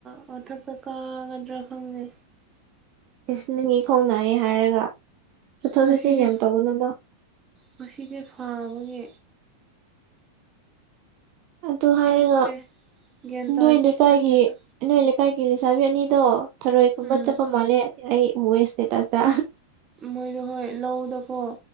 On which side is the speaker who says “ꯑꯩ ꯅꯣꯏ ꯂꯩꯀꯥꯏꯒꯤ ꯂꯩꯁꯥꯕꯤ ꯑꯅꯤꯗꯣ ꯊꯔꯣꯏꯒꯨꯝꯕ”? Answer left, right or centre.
Right